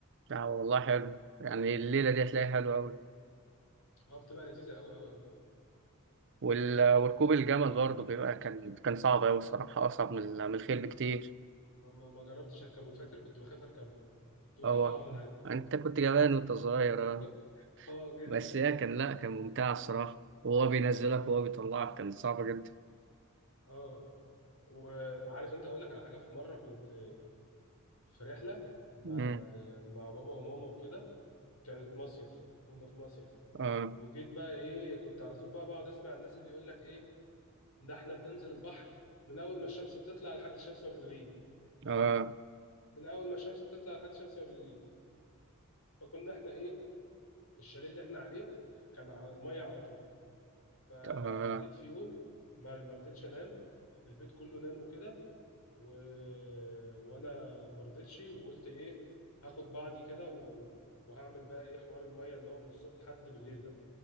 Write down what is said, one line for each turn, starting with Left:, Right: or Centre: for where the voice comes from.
Right: لا والله حلو يعني الليلة دي هتلاقيها حلوة أوي
Left: اه بتبقى لذيذه قوي قوي قوي
Right: وال... وركوب الجمل برضه بيبقى كان كان صعب أوي الصراحة أصعب من ال- من الخيل بكتير
Left: ما ما جربتش اركبه فاكر كنت بخاف اركبه كنت
Right: اه
Left: بخاف اقع من عليه
Right: أنت كنت جبان وأنت صغير
Left: <laughs>
Right: آه.
Left: اه جدا
Right: بس هي كان لا كان ممتع الصراحة وهو بينزلك
Left: اه
Right: وهو بيطلعك كانت صعبة جدا
Left: اه وعارف انت اقول لك على حاجه في مره كنت في رحلة مع
Right: مم.
Left: ال- مع بابا وماما وكده كانت مصيف كنا في مصيف
Right: آه.
Left: وجيت بقى ايه كنت على طول بقى بقعد اسمع الناس اللي يقول لك ايه ده احنا بننزل البحر من اول ما الشمس بتطلع لحد الشمس ما بتغيب
Right: آه.
Left: من اول ما الشمس بتطلع لحد الشمس ما بتغيب فكنا احنا ايه الشاليه اللي احنا عليه كان على المية على طول فجيت
Right: آه.
Left: في يوم ما ما رضيتش انام البيت كله نام وكده و... وانا ما رضيتش وقلت ايه هاخد بعضي كده و... وهعمل بقى ايه حوار الميه اللي هو من الصبح لحد بالليل ده